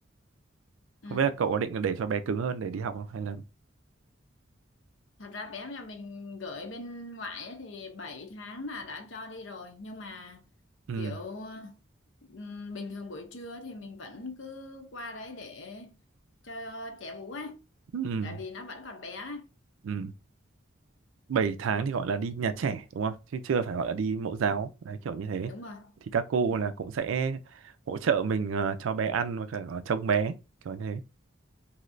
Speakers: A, on the left (about 65°); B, on the right (about 80°).
A: ừ.
B: không biết là cậu có định để cho bé cứng hơn để đi học không hay là
A: Thật ra bé nhà mình gửi bên ngoại ấy, thì 7 tháng là đã cho đi rồi nhưng mà
B: ừ
A: kiểu ừm, bình thường buổi trưa thì mình vẫn cứ qua đấy để cho trẻ bú ấy
B: ừ
A: tại vì nó vẫn còn bé ấy.
B: ừ 7 tháng thì gọi là đi nhà trẻ đúng không chứ chưa phải gọi là đi mẫu giáo đấy kiểu như thế
A: Đúng rồi
B: thì các cô
A: đúng rồi
B: là cũng sẽ hỗ trợ mình ờ, cho bé ăn và cả trông bé kiểu như thế